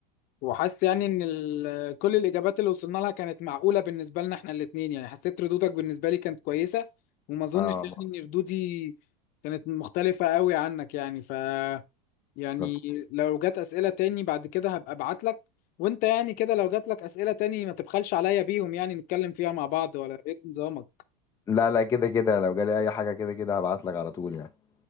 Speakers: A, on the left; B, on the left.
A: وحاسس يعني ان ال- كل الاجابات اللي وصلنا لها كانت معقوله بالنسبه لنا احنا الاثنين يعني حسيت ردودك بالنسبه لي كانت كويسه وما اظنش
B: اه
A: يعني ان ردودي كانت مختلفه قوي عنك يعني ف يعني
B: بالظبط
A: لو جت اسئله تاني بعد كده هبقى ابعت لك وانت يعني كده لو جات لك اسئله تاني ما تبخلش عليا بيهم يعني نتكلم فيها مع بعض ولا ايه نظامك
B: لا لا كده كده لو جالي اي حاجه كده كده هبعت لك على طول يعني